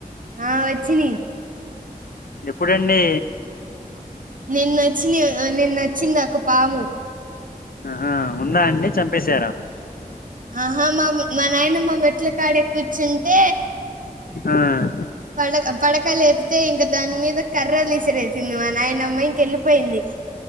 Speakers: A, on the right; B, on the left.
A: ఆ వచ్చినయి
B: ఎప్పుడండి
A: నిన్నా వచ్చినాయ్ నిన్నా వచ్చింది ఒక ఒక పాము
B: ఆహా ఉందా అండి చంపేశారా
A: ఆహా మా మా నాయానమ్మ మెట్ల కాడే కూర్చుంటే
B: ఆహ్
A: పడక పడక లేపితే ఇంక దాని మీద కర్రలు విసిరేసింది మా నైనమ్మా ఇంకెళ్ళి పోయింది